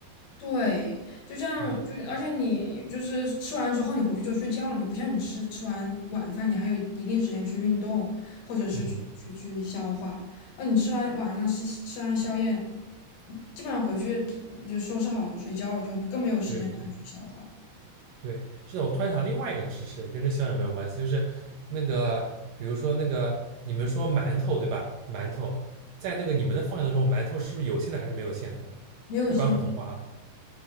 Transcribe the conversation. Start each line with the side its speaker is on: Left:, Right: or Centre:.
Left: 对，就这样，
Right: 嗯
Left: 就而且你就是吃完之后你回去就睡觉了，你不像你吃吃完晚饭你还有一定时间去运动或者是去去去消化，
Right: 嗯，
Left: 啊，你吃完晚上吃吃完宵夜，基本上回去就收拾好就睡觉了，就更没有时间让你去消化，
Right: 对对对，是的。我突然想另外一个知识，跟这宵夜没有关系，就是那个，比如说那个你们说馒头对吧？馒头在那个你们的方言当中，馒头是不是有馅的还是没有馅的？
Left: 没有线，
Right: 不管普通话啊，